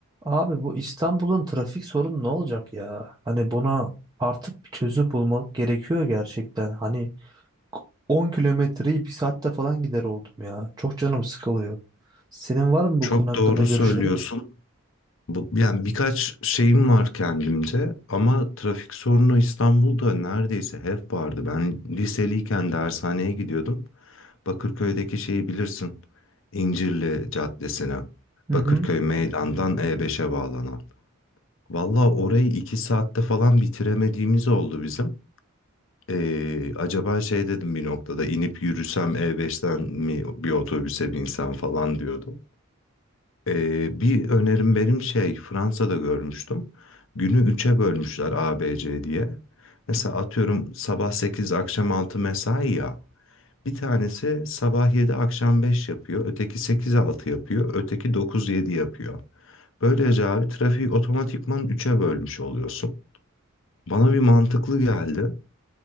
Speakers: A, on the right (about 20°); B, on the left (about 60°).
A: Abi bu İstanbul'un trafik sorunu ne olacak ya? Hani buna artık bir çözüm bulmak gerekiyor gerçekten. Hani 10 kilometreyi bir saatte falan gider oldum ya. Çok canım sıkılıyor. Senin var mı bu
B: Çok
A: konu hakkında
B: doğru
A: görüşlerin?
B: söylüyorsun. Bu, yani birkaç şeyim var kendimce ama trafik sorunu İstanbul'da neredeyse hep vardı. Ben liseliyken dershaneye gidiyordum. Bakırköy'deki şeyi bilirsin. İncirli Caddesi'ne.
A: Hı
B: Bakırköy
A: hı.
B: Meydan'dan E5'e bağlanan. Valla orayı iki saatte falan bitiremediğimiz oldu bizim. Ee, acaba şey dedim bir noktada inip yürüsem E5'ten mi bir otobüse binsem falan diyordum. Ee, bir önerim benim şey Fransa'da görmüştüm. Günü üçe bölmüşler A B C diye. Mesela atıyorum sabah 8 akşam 6 mesai ya. Bir tanesi sabah 7 akşam 5 yapıyor. Öteki sekiz altı yapıyor. Öteki dokuz yedi yapıyor. Böylece abi trafiği otomatikman üçe bölmüş oluyorsun. Bana bir mantıklı geldi.